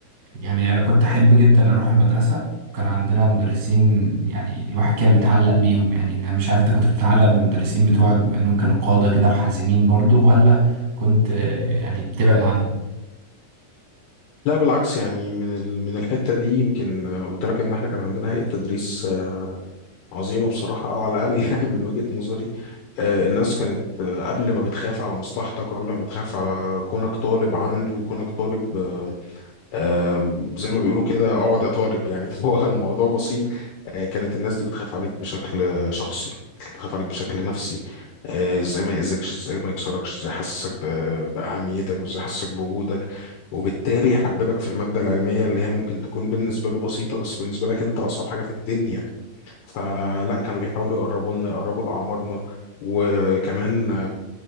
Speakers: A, on the right; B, on the left.
A: يعني أنا كنت أحب جدا أروح المدرسة كان عندنا مدرسين يعني الواحد كده بيتعلق بيهم يعني أنا مش عارف أنت كنت بتتعلق بالمدرسين بتوعك بما إنهم كانوا قادة كده وحازمين برضو ولا كنت آه، يعني بتبعد عنهم
B: لا بالعكس يعني من ال- من الحته دي يمكن قلت لك ان احنا كان عندنا هيئه تدريس عظيمه بصراحه او على الاقل <laughs> يعني من وجهه نظري آه، الناس كانت آه، قبل ما بتخاف على مصلحتك وقبل ما بتخاف على كونك طالب عنده وكونك طالب آه، آم، زي ما بيقولوا كده اقعد يا طالب يعني <laughs> هو الموضوع بسيط آه، كانت الناس دي بتخاف عليك بشكل آه، شخصي كانت بتخاف عليك بشكل نفسي آه، ازاي ما يأذكش ازاي ما يكسركش ازاي يحسسك ب- بأهميتك وازاي يحسسك بوجودك وبالتالي يحببك في المادة العلمية اللي هي ممكن تكون بالنسبة له بسيطة بس بالنسبة لك انت أصعب حاجة في الدنيا فلا كانوا بيحاولوا يقربوا لنا يقربوا لأعمارنا وكمان